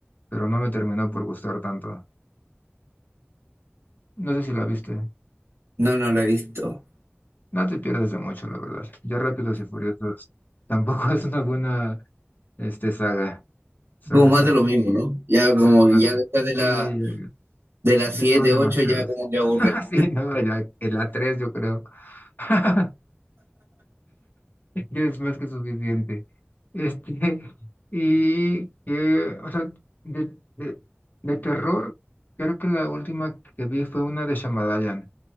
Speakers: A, on the left; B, on the right.
A: pero no me terminó por gustar tanto. No sé si la viste.
B: No, no lo he visto.
A: No te pierdes de mucho, la verdad. Ya Rápidos y Furiosos tampoco <laughs> es una buena este, saga. Saga,
B: Como más
A: saga.
B: de lo mismo, ¿no? Ya
A: Exactamente.
B: como que ya después de la
A: Sí, ya,
B: de las siete
A: ya fueron demasiados.
B: ocho ya como que aburre.
A: <laughs> Sí, no, el, A- el a tres yo creo. <laughs> Ya es más que suficiente. Este, <laughs> y que, o sea, de, de, de terror, creo que la última que vi fue una de Shyamalan.